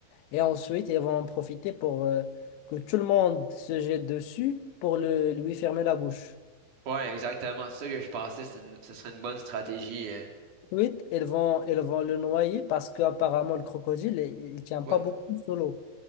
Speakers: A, on the left; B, on the right.
A: Et ensuite, ils vont en profiter pour euh, que tout le monde se jette dessus pour le, lui fermer la bouche.
B: Ouais, exactement. C'est ça que je pensais. c'est une- Ce serait une bonne stratégie. euh.
A: Ensuite, ils vont, ils vont le noyer parce qu'apparemment, le crocodile, il, il tient
B: Quoi?
A: pas beaucoup sous l'eau.